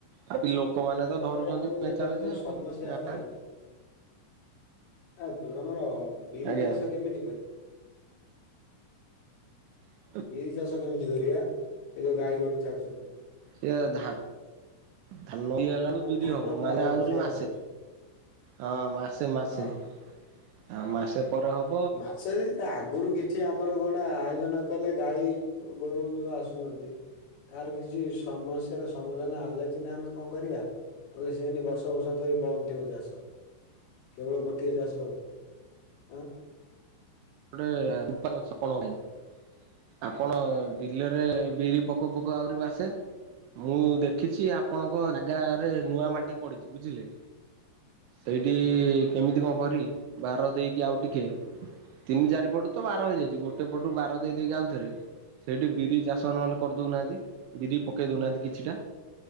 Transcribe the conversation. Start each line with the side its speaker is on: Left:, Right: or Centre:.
Right: ଆ ଲୋକମାନେ ତ
Left: କଣ
Right: ଧରୁଛନ୍ତି
Left: କରିବା ଆମର
Right: ମେଚାମେଚା
Left: ଏଠାରେ ଯୋଉ ସମସ୍ୟା
Right: ଆଉ ଗାଁ
Left: ହେଲାଣି ଆ ବ ଆମର ବିରି
Right: ଆଜ୍ଞା
Left: ଚାଷ କେମିତି କରିବ?
Right: <unintelligible>
Left: ବିରି ଚାଷ କେମିତି କରିବା? ଏ ଯୋଉ ଗାଈ ଗୋରୁ ଛାଡୁଛନ୍ତି
Right: ସେ ଧା ଧାନ ଇଏ ହେଲାରୁ
Left: ହଁ
Right: ବିରି
Left: ଧାନ
Right: ହବ
Left: ପରେ
Right: ମାନେ ଆହୁରି
Left: ମୁଁ ସେଇଆ
Right: ମାସେ।
Left: କହୁଛି
Right: ହଁ ମାସେ ମାସେ
Left: ହଁ।
Right: ଆ ମାସେ ପରେ ହବ।
Left: ମାସେ ଯେ ତା ଆଗରୁ କିଛି ଆମର ଗଣ୍ଡା ଆୟୋଜନ କଲେ ଗାଈ ଗୋରୁ ଯୋଉ ଆସୁଛନ୍ତି। ତାର କିଛି ସମସ୍ୟାର ସମାଧାନ ଆଣିଲେ ସିନା ଆମେ କଣ କରିବା ନହଲେ ସେନି ବର୍ଷ ଔଷଧ ବି ବନ୍ଦ ଥିବ ଚାଷ କେବଳ ଗୋଟିଏ ଚାଷ ହୁଏ ଆଁ।
Right: ଗୋଟେ। <unintelligible> ଆପଣ
Left: ଆଁ।
Right: ବିଲରେ ବିରି ପକଉ ପକଉ ଆହୁରି ମାସେ। ମୁଁ ଦେଖିଛି ଆପଣଙ୍କ ଗାଁ ରେ ନୂଆ ମାଟି ପଡିଛି ବୁଝିଲେ। ସେଇଠି କେମିତି କଣ କରି ବାର ଦେଇକି ଆଉ ଟିକେ ତିନି ଚାରିପଟୁ ତ ବାର ହେଇଯାଇଛି ଗୋଟେ ପଟୁ ବାର ଦେଇକି ଆଉଥରେ ସେଇଠି ବିରି ଚାଷ ନହେଲେ କରିଦଉନାହାଁନ୍ତି ବିରି ପକେଇ ଦେଉନାହାନ୍ତି କିଛିଟା।